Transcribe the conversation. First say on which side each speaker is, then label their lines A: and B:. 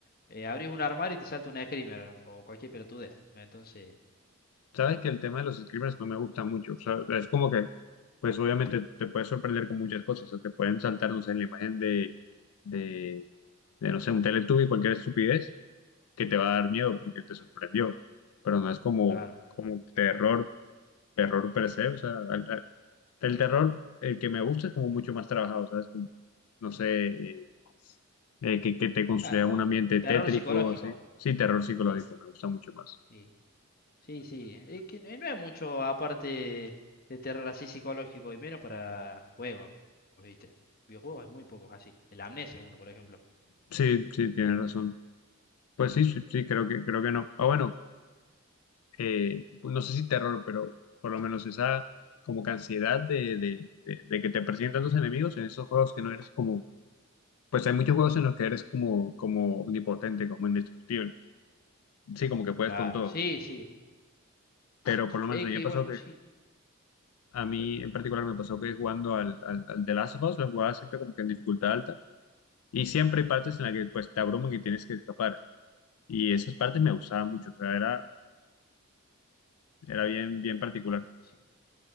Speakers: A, on the left; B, on the left.
A: eh, abrís un armario y te salta un screamer o cualquier pelotudez. Entonces,
B: Sabes que el tema de los screamers no me gusta mucho. O sea, es como que, pues obviamente te puedes sorprender con muchas cosas. O sea, te pueden saltar, no sé, la imagen de, de, de, no sé, un Teletubby, cualquier estupidez, que te va a dar miedo porque te sorprendió. Pero no es como,
A: claro,
B: como terror, terror per se. O sea, al- al- el terror, el que me gusta es como mucho más trabajado, ¿sabes? Como, no sé, eh, eh, que, que te construya
A: claro.
B: un ambiente
A: Terror
B: tétrico,
A: psicológico.
B: así. Sí, terror psicológico
A: Sí,
B: me gusta mucho más.
A: sí, sí, sí. Es que no hay mucho aparte de terror así psicológico y menos para juegos, ¿viste? Videojuegos hay muy pocos así. El Amnesia es uno, por ejemplo.
B: Sí, sí, tienes razón. Pues sí, sí, sí, creo que, creo que no. Ah, bueno, eh, pues no sé si terror, pero por lo menos esa como que ansiedad de, de, de, de que te presentan tus enemigos en esos juegos que no eres como, pues hay muchos juegos en los que eres como, como omnipotente, como indestructible. Sí, como que puedes
A: Claro,
B: con todo.
A: sí, sí.
B: Pero por lo
A: es
B: menos a mí
A: que
B: me pasó
A: bueno,
B: que,
A: sí,
B: a mí
A: eh,
B: en particular me pasó que jugando al, al, al The Last of Us, lo jugaba siempre como que en dificultad alta. Y siempre hay partes en las que pues te abruman y tienes que escapar. Y esas partes me gustaban mucho, o sea, era, era bien, bien particular.
A: sí,